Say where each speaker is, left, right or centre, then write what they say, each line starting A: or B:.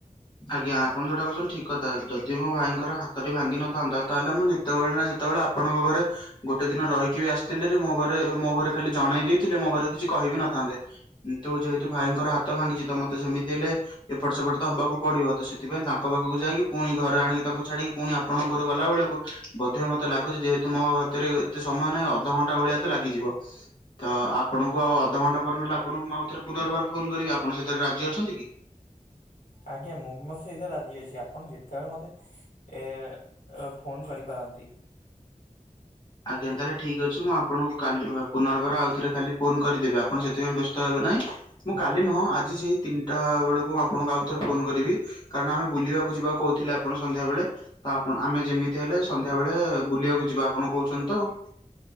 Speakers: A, on the left (about 30°); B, on the left (about 65°).
A: ଆଜ୍ଞା ଆପଣ ଯୋଉଟା କହୁଛନ୍ତି ଠିକ କଥା ଯଦି ମୋ ଭାଇଙ୍କର ହାତ ଟି ଭାଙ୍ଗିନଥାନ୍ତା ତାହେଲେ ମୁଁ ସେତେବେଳେ ନା ସେତେବେଳେ ଆପଣଙ୍କ ଘରେ ଗୋଟେ ଦିନ ରହିକି ବି ଆସିଥିଲେ ମୋ ଘରେ ମୋ ଘରେ ଖାଲି ଜଣେଇ ଦେଇଥିଲେ ମୋ ଘରେ କିଛି କହିବି ନଥାନ୍ତେ। ତୁ ଯେହେତୁ ଭାଇଙ୍କର ହାତ ଭାଙ୍ଗିଛି ତ ମତେ ସେମିତି ହେଲେ ଏପଟ ସେପଟ ତ ହବାକୁ ପଡିବ ତ ସେଥିପାଇଁ ତାଙ୍କ ପାଖକୁ ଯାଇକି ପୁଣି ଘରେ ଆଣିକି ତାଙ୍କୁ ଛାଡ଼ିକି ପୁଣି ଆପଣଙ୍କ ଘରୁ ଗଲା ବେଳକୁ ବୋଧେ ମତେ ଲାଗୁଛି ଯେହେତୁ ମୋ ହାତରେ ଏତେ ସମୟ ନାହିଁ ଅଧଘଣ୍ଟା ଭଳିଆ ତ ଲାଗିଯିବ। ତ ଆପଣଙ୍କୁ ଆଉ ଅଧଘଣ୍ଟା ପରେ ନହେଲେ ଆପଣଙ୍କୁ ମୁଁ ଆଉଥରେ ପୁନର୍ବାର ଫୋନ କରିବି ଆପଣ ସେଥିରେ ରାଜ୍ୟ ଅଛନ୍ତି କି?
B: ଆଜ୍ଞା ମୁଁ ବି ମତେ ସେଇଥିରେ ରାଜି ଅଛି ଆପଣ ଯେତେବେଳେ ମତେ ଏ ଫୋନ କରିପାରନ୍ତି।
A: ଆଜ୍ଞା ତାହେଲେ ଠିକ ଅଛି। ଆପଣଙ୍କୁ କାଲି ପୁନର୍ବାର ଆଉ ଥରେ କାଲି ଫୋନ କରିଦେବି ଆପଣ ସେଥିପାଇଁ ବ୍ୟସ୍ତ ହେବେ ନାହିଁ। ମୁଁ କାଲି ନୁହଁ ଆଜି ସେଇ ତିନିଟା ବେଳକୁ ଆପଣଙ୍କୁ ଆଉ ଥରେ ଫୋନ କରିବି। କାରଣ ଆମେ ବୁଲିବାକୁ ଯିବାକୁ କହୁଥିଲେ ଆପଣ ସନ୍ଧ୍ୟାବେଳେ। ତ ଆପଣ ଆମେ ଯେମିତି ହେଲେ ସନ୍ଧ୍ୟା ବେଳେ ବୁଲିବାକୁ ଯିବା ଆପଣ କହୁଛନ୍ତି ତ ଆଉ।